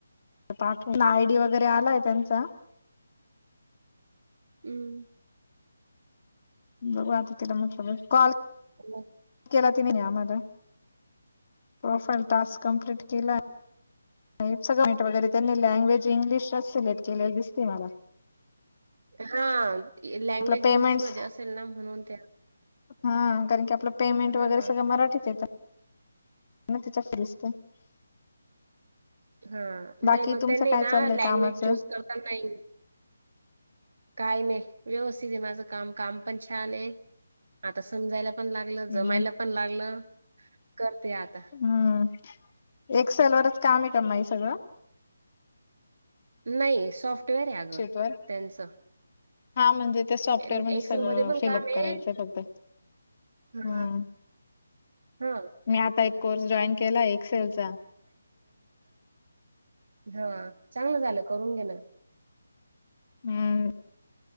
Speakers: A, on the left; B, on the right.
A: पाठव आयडी वगैरे आलाय त्यांचा
B: हम्
A: बघू आता तिला म्हटलं कॉल
B: हो
A: केला ति आम्हाला प्रोफाईल टास्क कमप्लीट केला <unintelligible> वगैरे त्यांनी लँग्वेज इंग्लिशच सिलेक्ट केलेली दिसते मला
B: हा लँग्वेज
A: आपलं पेमेंट्स
B: इंग्लिश मध्ये असेल ना म्हणून ते
A: हा कारण की आपलं पेमेंट
B: हां,
A: वगैरे सगळं मराठीत येतं <unintelligible>
B: हा
A: बाकी
B: नाही मग
A: तुमचं
B: त्यांनी
A: काय
B: ना
A: चाललंय
B: लँग्वेज
A: कामाचं
B: चूज करत नाही. काय नाही व्यवस्थित आहे माझं काम काम पण छान आहे आता समजायला पण लागलं जमायला
A: हम्म
B: पण लागलं करते आता.
A: हम एक्सेल वरच काम आहे का सगळं.
B: नाही सॉफ्टवेअर आहे गं
A: शीट वर
B: त्यांचं.
A: हा म्हणजे. त्या सॉफ्टवेअर
B: एम
A: मध्ये
B: एक्सेलमध्ये
A: सगळं
B: पण
A: फिलअप
B: काम आहे
A: करायचंय फक्त
B: हां,
A: हम्.
B: हां.
A: मी आता एक कोर्स जॉईन केलाय एक्सेलचा.
B: हा चांगलं झालं करून घेण.
A: हम्म